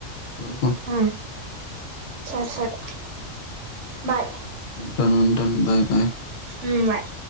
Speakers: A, on the left; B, on the right.
A: పడకో
B: ఆ సరే సరే బాయ్
A: టన్ ఉంటన్ బయ్ బయ్
B: ఉమ్ బాయ్